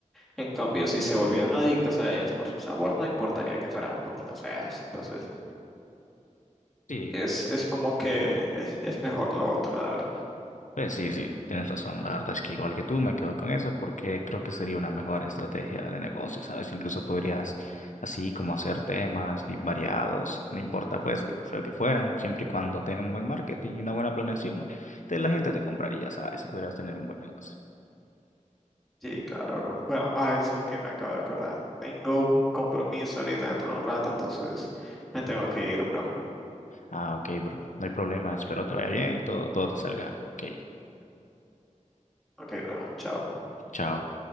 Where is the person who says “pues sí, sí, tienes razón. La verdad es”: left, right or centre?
Left